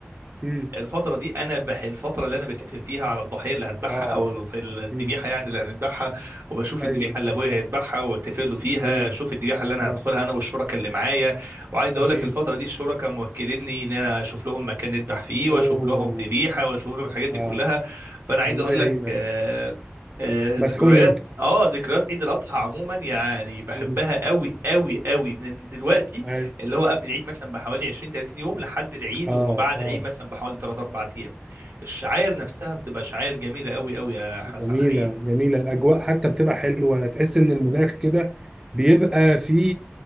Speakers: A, on the right; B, on the right.
A: امم
B: الفترة دي أنا بح الفترة اللي أنا بتفق فيها على الضحية اللي هذبحها
A: اه
B: أو الض- الذبيحة
A: امم
B: يعني اللي هنذبحها وبشوف
A: ايوه
B: الذبيحة اللي أبويا هيذبحها وأتفق له فيها
A: امم
B: أشوف الذبيحة اللي أنا
A: اه
B: هدخلها أنا والشركاء اللي معايا وعايز
A: اكيد
B: أقول لك الفترة دي الشركاء موكليني إن أنا أشوف لهم مكان نذبح فيه
A: اوه
B: وأشوف لهم ذبيحة وأشوف لهم الحاجات دي
A: اه
B: كلها فأنا عايز
A: الله
B: أقول
A: يعينك
B: لك آه، آه،
A: مسحول
B: ذكريات
A: انت
B: اه ذكريات عيد الاضحى عموما يعني بحبها
A: امم
B: قوي قوي قوي من دلوقتي
A: ايوه
B: اللي هو قبل العيد مثلا بحوالي 20 30 يوم لحد العيد
A: اه
B: وما بعد
A: اه
B: العيد مثلا بحوالي 3 4 ايام الشعاير نفسها بتبقى شعاير جميله قوي قوي يا حسن
A: جميلة
B: حقيقه
A: جميلة الأجواء حتى بتبقى حلوة تحس إن المناخ كده بيبقى في